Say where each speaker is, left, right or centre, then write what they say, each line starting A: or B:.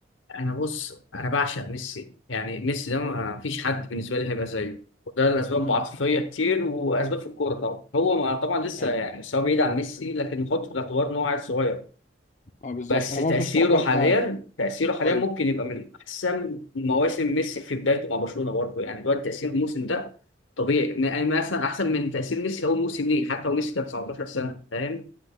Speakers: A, on the left; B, on the left.
A: انا بص انا بعشق ميسي يعني ميسي ده ما فيش حد بالنسبه لي هيبقى زيه وده لاسباب
B: امم
A: عاطفيه كتير واسباب في الكوره طبعا هو ما طبعا لسه
B: ايوه
A: يعني بس هو بعيد عن ميسي لكن نحطه في الاعتبار ان هو عيل صغير
B: اه بالظبط
A: بس
B: انا
A: تاثيره
B: برضو بصراحه
A: حاليا
B: اه
A: تاثيره حاليا
B: ايوه
A: ممكن يبقى من احسن مواسم ميسي في بدايته مع برشلونه برضه يعني دلوقتي تاثير الموسم ده طبيعي يعني مثلا احسن من تاثير ميسي اول موسم ليه حتى لو ميسي كان 19 سنه فاهم